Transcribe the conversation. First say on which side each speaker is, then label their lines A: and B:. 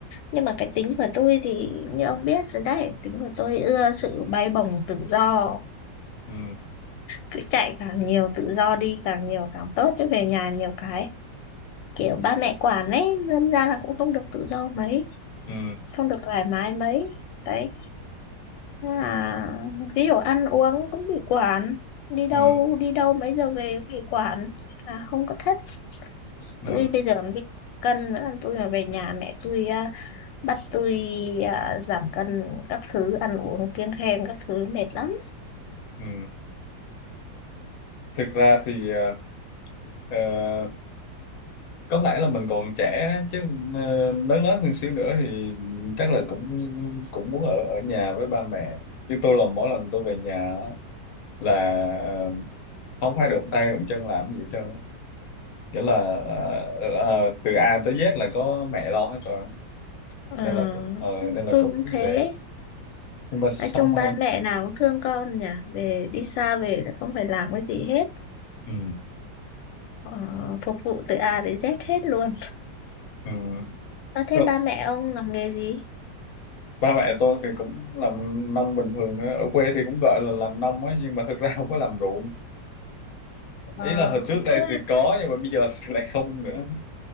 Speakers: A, on the left (about 85°); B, on the left (about 60°).
A: nhưng mà cái tính của tôi thì như ông biết rồi đấy tính của tôi ưa sự bay bổng tự do
B: ừ.
A: cứ chạy càng nhiều tự do đi càng nhiều càng tốt chứ về nhà nhiều cái kiểu ba mẹ quản ấy lâm ra là cũng không được tự do mấy
B: Ừ.
A: không được thoải mái mấy đấy nên là ví dụ ăn uống cũng bị quản đi đâu
B: Ừ.
A: đi đâu mấy giờ về cũng bị quản là không có thích
B: Ừ.
A: tôi bây giờ còn bị cân nữa tôi mà về nhà mẹ tôi à, bắt tôi à, giảm cân các thứ ăn uống kiêng khem các thứ mệt lắm
B: Ừ. thực ra thì ờ, ờ, có lẽ là mình còn trẻ á, chứ ờ, lớn lớn hơn xíu nữa thì chắc là cũng cũng muốn ở ở nhà với ba mẹ chứ tôi là mỗi lần tôi về nhà là ờ, không phải đụng tay đụng chân làm gì hết trơn á. nghĩa là ờ, ờ, ờ, từ A tới Z là có mẹ lo hết rồi
A: ừ.
B: nên là cũng ờ, nên là
A: tôi
B: cũng
A: cũng thế
B: về nhưng mà xong
A: Nói chung
B: rồi
A: ba mẹ nào cũng thương con nhỉ, về đi xa về là không phải làm cái gì hết,
B: ừ,
A: ờ, phục vụ từ A đến Z hết luôn.
B: ừ.
A: Ờ, thế
B: Rồi,
A: ba mẹ ông làm nghề gì?
B: ba mẹ tôi thì cũng làm nông bình thường thôi. ở quê thì cũng gọi là làm nông ấy nhưng mà thực ra <laughs> không có làm ruộng
A: Ờ,
B: ý là hồi trước đây
A: thế
B: thì có nhưng mà bây giờ thì lại không nữa